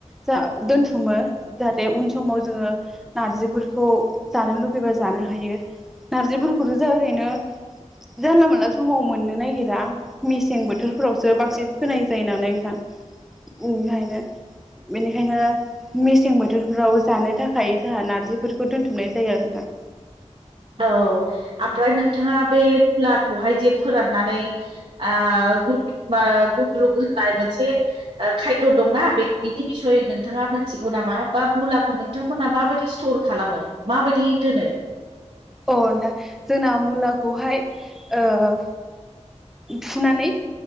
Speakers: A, in the centre; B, on the right (about 55°).
A: जा दोनथुमो जाहाथे उन समाव जोङो नारजिफोरखौ खौ जानो लुबैबा जानो हायो नारजिफोरखौथ' जों ओरैनो जानला मोनला समाव मोननो नागिरा मेसें बोथोरफोरावसो बांसिन फोनाय जायो नालाय नोंथां ओखायनो बेनिखायनो मेसें बोथोरफोराव जानो थाखाय जोंहा नारजिफोरखौ दोनथुमनाय जायो आरो नोंथां। <unintelligible>
B: औ आमफ्राय नोंथाङा बे फुलाखौहाय जे फोराननानै आ गुद गुग्रुब होनाय मोनसे ओ खायद' दंना बिनि बिसय नोंथाङा मिथिगौ नामा बा मुलाखौ नोंथांमोना माबायदि सटर खालामो माबायदि दोनो।
A: अ नोंथां जोंना मुलाखौहाय ओ फुनानै